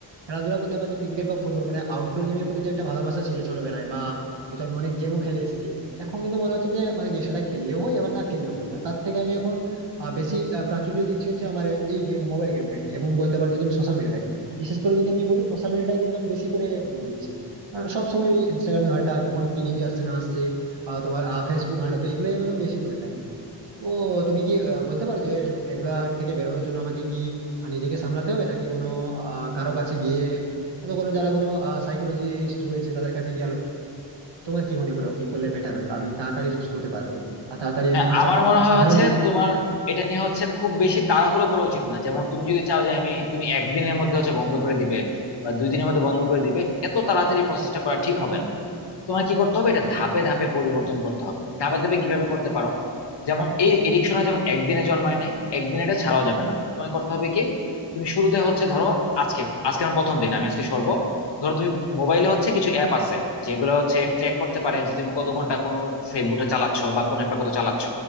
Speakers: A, on the right (about 75°); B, on the left (about 70°).
A: খেলাধুলার প্রতি আমার যে ক্রিকেট বা ফুটবল মানে আউটডোর গেমের প্রতি যে একটা ভালোবাসা ছিল ছোটবেলায় বা হয়তো আমি অনেক গেমও খেলে এসেছি এখন কিন্তু মনে হচ্ছে যে মানে কি সেটা খেললেও হয় আবার না খেললেও হয় মানে তার থেকে আমি এখন আহ, বেশি আহ, প্রাচুর্য দিচ্ছি হচ্ছে আমার এই গেম মোবাইল গেমটাকে এবং বলতে পারো যে তুমি সোশ্যাল মিডিয়াটাকে বিশেষ করে যদি আমি বলি সোশ্যাল মিডিয়ায় কিন্তু আমি বেশি করে মন দিচ্ছি কারণ সব সময় ওই ইনস্টাগ্রামে ঘাটা কখন কি নিউজ আসছে না আসছে বা তোমার ফেসবুক ঘাটা তো এগুলোই আমি এখন বেশি করে থাকি তো তুমি কি আহ, বলতে পারো যে এগুলা থেকে বেরোনোর জন্য আমাকে কি মানে নিজেকে সামলাতে হবে নাকি কোনো আহ কারো কাছে গিয়ে হয়তো কোনো যারা কোনো সাইকোলজিস্ট রয়েছে তাদের কাছে গিয়ে আলো- তোমার কি মনে বলো কি করলে বেটার হয় বা আমি তাড়াতাড়ি সুস্থ হতে পারবো আর তাড়াতাড়ি
B: হ্যাঁ
A: আমি আমার
B: আমার
A: সা-
B: মনে হয়
A: সাধারণ
B: হচ্ছে তোমার এটা নিয়ে হচ্ছে খুব বেশি তাড়াহুড়ো করা উচিত না যেমন তুমি যদি চাও যে আমি তুমি একদিনের মধ্যে হচ্ছে বন্ধ করে দিবে বা দুই দিনের মধ্যে বন্ধ করে দিবে এত তাড়াতাড়ি প্রসেসটা করা ঠিক হবে না তোমার কি করতে হবে এটা ধাপে ধাপে পরিবর্তন করতে হবে ধাপে ধাপে কিভাবে করতে পারো যেমন এই এডিকশনে যেমন একদিনে জন্মায় নাই একদিনে এটা ছাড়াও যাবে না তোমায় করতে হবে কি তুমি শুরুতে হচ্ছে ধরো আজকে আজকে আমার প্রথম দিন আমি আজকে সরবো ধরো তুমি মোবাইলে হচ্ছে কিছু অ্যাপ আছে যেগুলো হচ্ছে ট্র্যাক করতে পারে যে তুমি কত ঘন্টা কোনো ফেসবুকে চালাচ্ছ বা কোন অ্যাপটা কত চালাচ্ছ